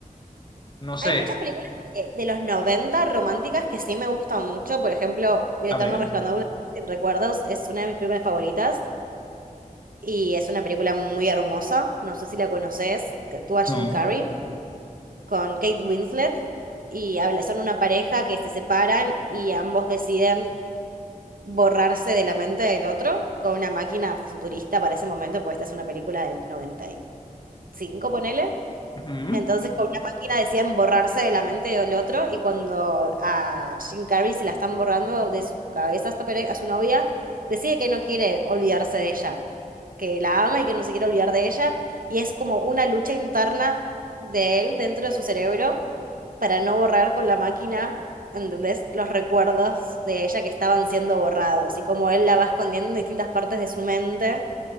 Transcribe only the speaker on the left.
No
sé,
a
ver,
no.
Ujú.